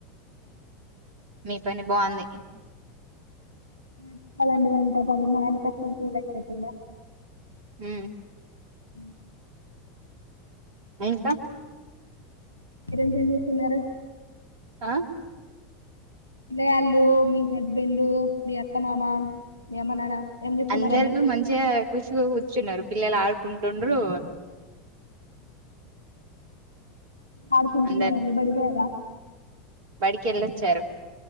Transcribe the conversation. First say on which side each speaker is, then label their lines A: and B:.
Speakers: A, on the right; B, on the right.
A: మీ పని బాగుంది
B: చపల్లిలండి వంటా మన కష్టం చల్న్నా
A: హ
B: ఉ
A: ఇంకా
B: ఇరంంత అన్నూన్నర
A: ఆ
B: ఇ వాళ్ళు మీ హస్బెండు మీ అత్తమామ మీ అమ్మ నాన్న ఏం చేస్తున్నారండి
A: అందరితోూ మంచిగా కూర్చు కూర్చున్నారు పిల్లలు ఆడుకుంటుండ్రు
B: ఆడుకుంటున్నారండి
A: అందరు
B: బడిపోయారా
A: బడికి వెళ్ళొచ్చారు